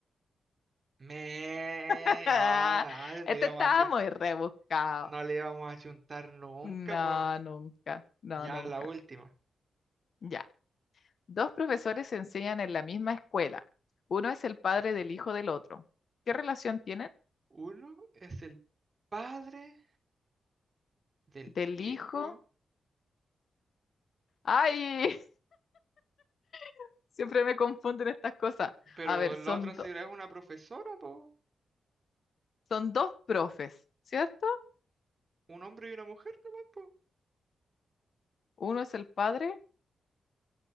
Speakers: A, on the right (about 30°); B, on the left (about 55°).
A: Me,
B: <laughs>
A: ah, nada, no
B: Este
A: íbamos
B: estaba
A: a chun-
B: muy rebuscado.
A: no le íbamos a chuntar nunca,
B: No,
A: po.
B: nunca, no,
A: Ya
B: nunca.
A: la última.
B: Ya. Dos profesores se enseñan en la misma escuela. Uno es el padre del hijo del otro. ¿Qué relación tienen?
A: Uno es el padre del
B: Del
A: hijo,
B: hijo. ¡Ay! <laughs> Siempre me confunden estas cosas.
A: pero
B: A ver,
A: la
B: son,
A: otra será
B: do-
A: es una profesora, po.
B: son dos profes, ¿cierto?
A: Un hombre y una mujer nomás, po.
B: Uno es el padre.